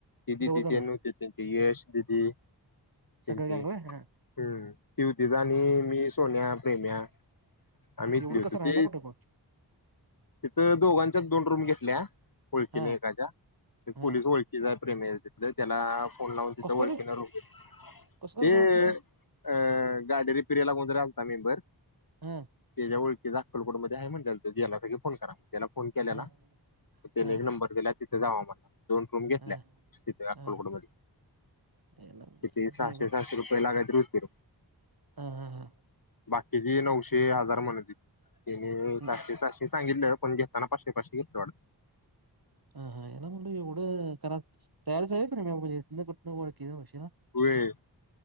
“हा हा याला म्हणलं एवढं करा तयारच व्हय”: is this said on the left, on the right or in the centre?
Right